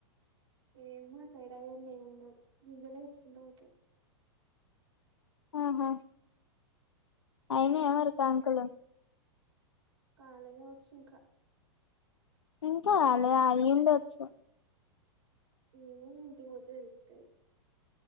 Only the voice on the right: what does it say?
ఏ మా సైడ్ ఆయన్ని ఉండవు గింజలే వేసుకుంటూ పోతారు
కాలే కావచ్చు వచ్చా ఇంకా
ఏమోఇంటికి పోతే తెలుత్తది